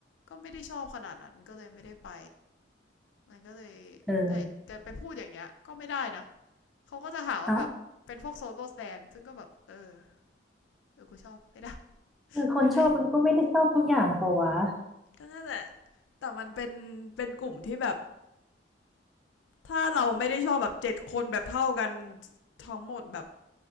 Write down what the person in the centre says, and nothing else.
เออ
เอา
คือคนชอบมันก็ไม่ได้ชอบทุกอย่างเปล่าวะ